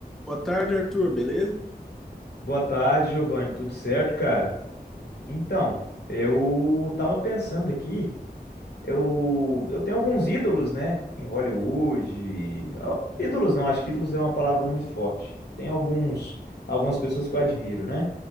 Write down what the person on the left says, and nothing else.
Boa tarde, Giovanni. Tudo certo, cara? Então, eu tava pensando aqui, eu, eu tenho alguns ídolos, né? Em Hollywood. e- ah, Ídolos não, acho que ídolos é uma palavra muito forte. Tem alguns, algumas pessoas que eu admiro, né?